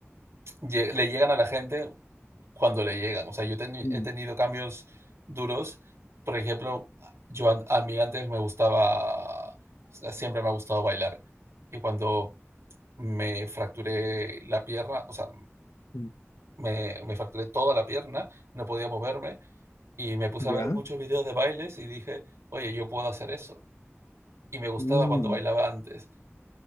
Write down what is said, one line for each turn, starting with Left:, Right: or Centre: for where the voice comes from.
Right: lle- le llegan a la gente cuando le llegan. O sea, yo teni-
Left: Mm,
Right: he tenido cambios duros. Por ejemplo, yo an- a mí antes me gustaba, o sea, siempre me ha gustado bailar. Y cuando me fracturé la pierna, o sea,
Left: mm,
Right: me, me fracturé toda la pierna, no podía moverme y me puse
Left: ya.
Right: a ver muchos videos de bailes y dije, oye, yo puedo hacer eso. Y me gustaba
Left: Mm,
Right: cuando bailaba antes